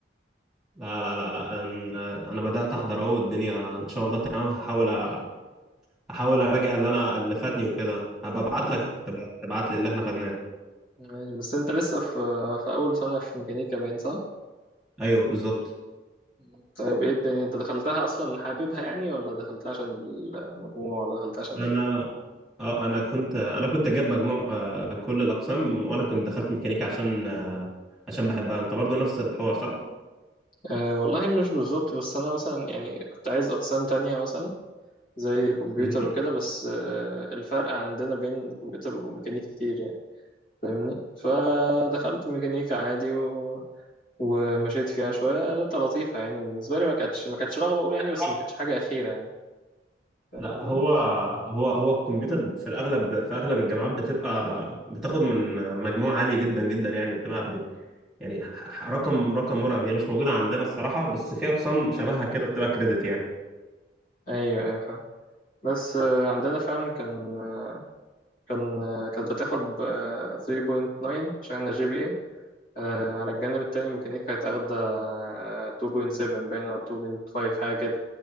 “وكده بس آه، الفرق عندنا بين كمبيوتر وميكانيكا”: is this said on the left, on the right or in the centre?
Left